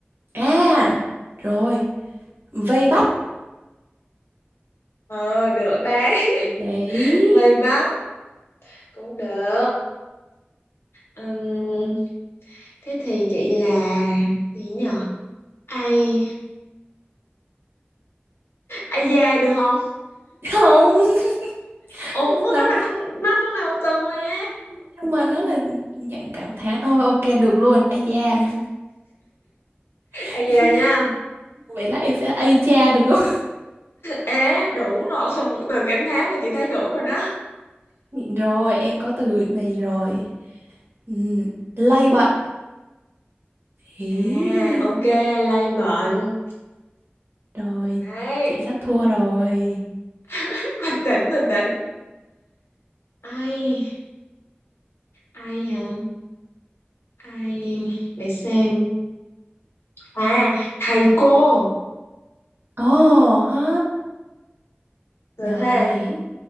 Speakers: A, on the right (about 65°); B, on the left (about 80°).
A: À, rồi, vây bắt.
B: Ờ, được đấy. <laughs>
A: Đấy.
B: Về bác cũng được. Ừm, thế thì chị là gì nhở? Ai, ai da được không?
A: Không, <laughs>
B: Ủa,
A: là-
B: nó là con, nó cũng là một từ mà.
A: nhưng mà nó là dạng cảm thán. thôi, ok, được luôn. Ây da. <laughs>
B: Ai da nha.
A: Vậy lát em sẽ Ây cha được không?
B: Ế, đủ rồi. <laughs> Một từ cảm thán là chị thấy đủ rồi đó.
A: <laughs> Rồi, em có từ này rồi. Ừ, lây bận. Hí.
B: À, ok, lây bệnh.
A: Rồi,
B: Được đấy.
A: chị sắp thua rồi.
B: <laughs> Bình tĩnh, bình tĩnh. Ai, ai hả? ai để xem à thầy cô
A: Ồ ha.
B: được
A: Rồi,
B: ha